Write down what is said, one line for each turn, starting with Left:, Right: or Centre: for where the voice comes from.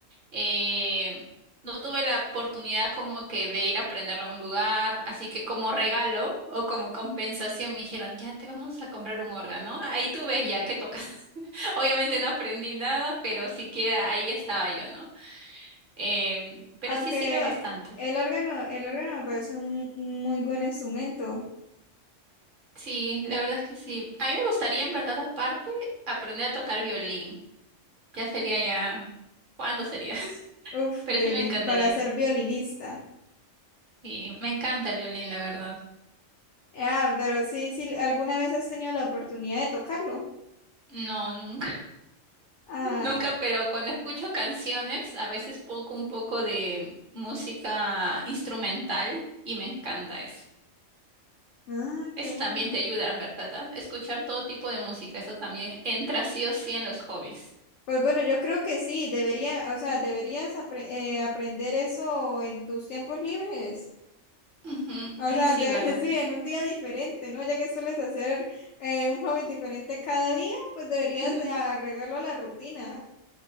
Right: Eh, no tuve la oportunidad como que de ir a aprenderlo a un lugar, así que como regalo o como compensación me dijeron, ya te vamos a comprar un órgano. Ahí tú ves ya que tocas. <laughs> Obviamente no aprendí nada, pero siquiera ahí estaba yo, ¿no? Em, pero
Left: Aunque
Right: sí sirve bastante.
Left: el órgano, el órgano me parece un muy buen instrumento.
Right: Sí, la verdad es que sí. A mí me gustaría en verdad aparte aprender a tocar violín. Ya sería ya. ¿Cuándo sería? <laughs>
Left: Uf,
Right: Pero
Left: violin,
Right: sí me encantaría.
Left: para ser violinista.
Right: Y me encanta el violín, la verdad.
Left: Ah, pero sí, sí, ¿alguna vez has tenido la oportunidad de tocarlo?
Right: No, nunca,
Left: Ah,
Right: <laughs> nunca, pero cuando escucho canciones, a veces pongo un poco de música instrumental y me encanta eso.
Left: ah,
Right: Eso
Left: qué bueno.
Right: también te ayuda, ¿verdad? ah? Escuchar todo tipo de música, eso también entra sí o sí en los hobbies.
Left: Pues bueno, yo creo que sí, debería, o sea, deberías apre- eh, aprender eso en tus tiempos libres.
Right: Ujú.
Left: O
Right: Ay,
Left: sea,
Right: sí,
Left: de-
Right: ¿verdad?
Left: <laughs> sí, en un día diferente, ¿no? Ya que sueles hacer eh, un hobby diferente cada día, pues deberías
Right: Ujú.
Left: eh, agregarlo a la rutina.